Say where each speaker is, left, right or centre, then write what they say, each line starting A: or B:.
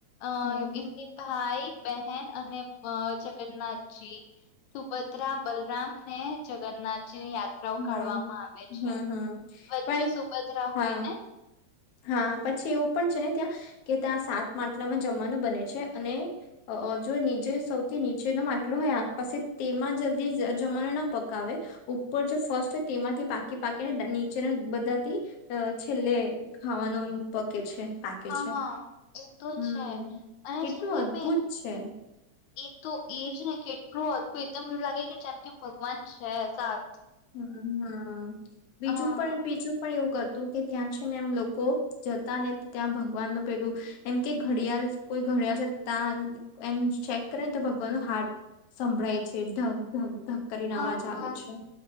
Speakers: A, on the left (about 80°); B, on the left (about 60°).
A: અ
B: હમ
A: એમ કે પા ભાઈ, બહેન અને અ જગન્નાથજી, સુભદ્રા, બલરામ ને જગન્નાથ ની યાત્રાઓ કાઢવામાં
B: હમ
A: આવે છે.
B: હમ હમ
A: વચ્ચે
B: પણ
A: સુભદ્રા
B: હા
A: હોય ને?
B: હા, પછી એવું પણ છે ને ત્યાં કે ત્યાં સાત માટલામાં જમવાનું બને છે અને જો નીચે સૌથી નીચેનો માટલો હોય આ પાસે તેમાં જલ્દી જમાનું ના પકાવે ઉપર જે ફર્સ્ટ હોય તેમાંથી પાકી પાકીને નીચેના બધાથી અ છેલ્લે ખાવાનું એમ પકે છે પાકે
A: હા
B: છે.
A: હા એ તો
B: હમ
A: છે અને
B: કેટલું
A: છે ને
B: અદભુત
A: મે
B: છે
A: એ તો એજ ને કેટલું અભું એકદમ એવું લાગે કે જેમ કે ભગવાન છે સા
B: હમ્મ હમ્મ, બીજું
A: હા
B: પણ બીજું પણ એવું કરતું કે ત્યાં છે ને એમ લોકો જતા ને ત્યાં ભગવાન નું પેલું એમ કે ઘડિયાળ કોઈ મળ્યા છે ત્યાં એમ ચેક કરેને તો ભગવાન નું હાર્ટ સંભળાય છે ધગ ધગ ધક્ક કરીને
A: હા
B: અવાજ
A: હા
B: આવે છે.